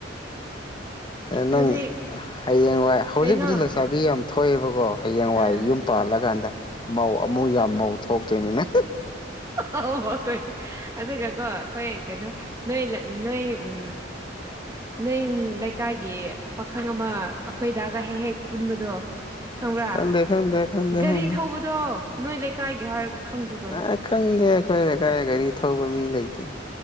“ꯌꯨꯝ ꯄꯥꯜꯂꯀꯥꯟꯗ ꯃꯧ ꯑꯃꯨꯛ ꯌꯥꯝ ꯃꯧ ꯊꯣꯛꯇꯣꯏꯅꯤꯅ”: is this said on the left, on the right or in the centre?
Left